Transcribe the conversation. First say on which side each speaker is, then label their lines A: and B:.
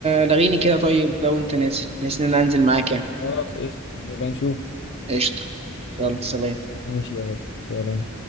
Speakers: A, on the right (about 30°); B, on the left (about 55°).
A: لغيني كده طيب بقى وانت نازل بحيث ان انا انزل معاك يعني
B: خلاص قشطه نبقى نشوف
A: قشطة يلا سلام
B: ماشي يا غالي سلام